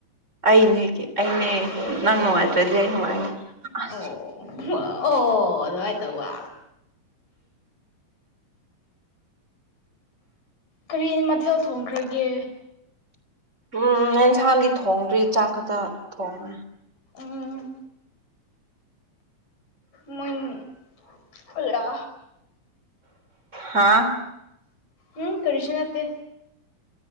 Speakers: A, on the right (about 20°); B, on the left (about 90°).
A: ꯑꯩꯅꯦ ꯑꯩꯅꯦ ꯅꯪ ꯅꯨꯡꯉꯥꯏꯇ꯭ꯔꯗꯤ ꯑꯩ ꯅꯨꯡꯉꯥꯏꯉꯦ ꯑꯁ
B: ꯑꯣ ꯑꯣ ꯑꯗꯨꯃꯥꯏ ꯇꯧꯕ ꯀꯔꯤꯅꯤ ꯃꯊꯦꯜ ꯊꯣꯡꯈ꯭ꯔꯒꯦ
A: ꯎꯝ ꯑꯦꯟꯁꯥꯡꯗꯤ ꯊꯣꯡꯗ꯭ꯔꯤ ꯆꯥꯛ ꯈꯛꯇ ꯊꯣꯡꯉꯦ
B: ꯎꯝ ꯃꯣꯢꯅꯨ ꯑꯂ
A: ꯍꯥꯥ
B: ꯎꯝ ꯀꯔꯤꯁꯨ ꯅꯠꯇꯦ